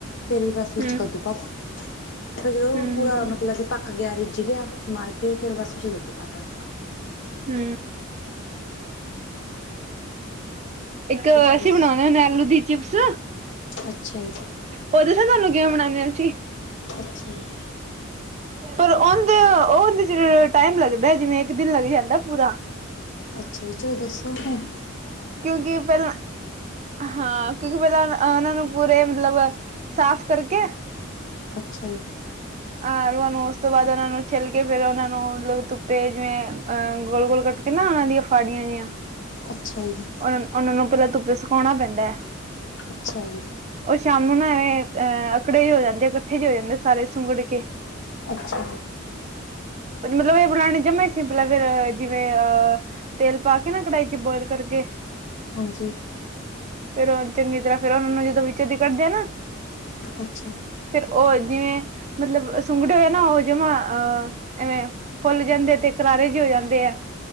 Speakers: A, on the left (about 60°); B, on the right (about 35°).
A: ਫਿਰ ਹੀ ਬਸ ਵਿੱਚ
B: ਹੂੰ
A: ਕੱਦੂ ਪਾਤਾ। ਫਿਰ ਜਦੋਂ
B: ਹੂੰ
A: ਪੂਰਾ ਮਤਲਬ ਪੱਕ ਗਿਆ, ਰਿੱਝ ਗਿਆ। ਮਾਰ ਕੇ, ਫਿਰ ਬਸ ਉਹ ਚੇ ਦੁੱਧ ਪਾਤਾ।
B: ਹੂੰ।
A: ਹਮ।
B: ਇੱਕ
A: ਤੁਸੀਂ
B: ਅਸੀਂ
A: ਦੱਸੋ
B: ਬਣਾਉਣੇ ਹੁੰਨੇ ਆਲੂ ਦੀ ਚਿਪਸ।
A: ਅੱਛਾ ਜੀ
B: ਉਹ ਦਸਾ ਤੁਹਾਨੂੰ ਕਿਵੇਂ ਬਨਾਦੇ ਆ ਅਸੀਂ
A: ਅੱਛਾ ਜੀ
B: ਪਰ ਓਦੇ, ਉਹਦੇ ਚ ਟਾਈਮ ਲੱਗਦਾ, ਜਿਵੇਂ ਇੱਕ ਦਿਨ ਲੱਗ ਜਾਂਦਾ ਪੂਰਾ।
A: ਅੱਛਾ ਜੀ, ਚਲੋ ਦੱਸੋ ਤਾਂ।
B: ਕਿਉਂਕਿ ਪਹਿਲਾਂ ਹਾਂ, ਕਿਉਂਕਿ ਪਹਿਲਾਂ ਉਹਨਾਂ ਨੂੰ ਪੂਰੇ ਮਤਲਬ ਸਾਫ਼ ਕਰਕੇ।
A: ਅੱਛਾ ਜੀ।
B: ਆਲੂ ਆ ਨੂੰ ਉਸ ਤੋਂ ਬਾਅਦ ਉਹਨਾ ਨੂੰ ਛਿੱਲ ਕੇ ਫੇਰ ਉਹਨਾਂ ਨੂੰ ਮਤਲਬ ਧੁੱਪੇ ਜਿਵੇਂ ਅਹ ਗੋਲ-ਗੋਲ ਕੱਟ ਤਾਂ ਉਹਨਾਂ ਦੀਆਂ ਫਾੜੀਆਂ ਜੀਆ।
A: ਅੱਛਾ ਜੀ।
B: ਉਹਨਾ ਨੂੰ ਉਹਨਾ ਨੂੰ ਪਹਿਲਾਂ ਧੁੱਪੇ ਸੁਕਾਉਣਾ ਪੈਂਦਾ ਹੈ।
A: ਅੱਛਾ ਜੀ।
B: ਉਹ ਸ਼ਾਮ ਨੂੰ ਨਾ, ਐਵੇਂ ਅਹ ਅਕੜੇ ਜੇ ਹੋ ਜਾਂਦੇ ਆ, ਇਕੱਠੇ ਜੇ ਹੋ ਜਾਂਦੇ ਆ, ਸਾਰੇ ਸੁੰਗੜ ਕੇ।
A: ਅੱਛਾ।
B: ਮਤਲਬ ਇਹ ਬਣਾਉਣੇ ਜਮਾ ਸਿੰਪਲ ਹੈ ਫੇਰ ਜਿਵੇਂ ਅਹ ਤੇਲ ਪਾ ਕੇ ਨਾ ਕੜਾਹੀ ਚ ਬੋਇਲ ਕਰਕੇ।
A: ਹਾਂਜੀ।
B: ਫੇਰ ਉਹ ਚੰਗੀ ਤਰ੍ਹਾਂ ਫੇਰ ਉਹਨਾ ਨੂੰ ਜਦੋਂ ਵਿੱਚੋ ਦੀ ਕੱਢਦੇ ਆ ਨਾ
A: ਅੱਛਾ।
B: ਫੇਰ ਉਹ ਜਿਵੇਂ ਮਤਲਬ ਸੁੰਗੜੇ ਹੋਏ ਨਾ ਉਹ ਜਮਾਂ ਅਹ ਐਵੇਂ ਫੁੱਲ ਜਾਂਦੇ ਤੇ ਕਰਾਰੇ ਜੇ ਹੋ ਜਾਂਦੇ ਐ।